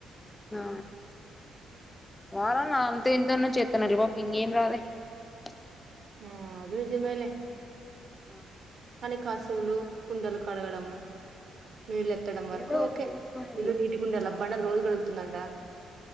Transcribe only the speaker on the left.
ఆ వాళ్ల నాన్నతో ఇంతన్న చెప్ ఇత్తన డివాక్ ఇంకేం రాలే <unintelligible>
ఆ
ఏదో ఒకటి
చేసుకొని ఇట్లా
ఆ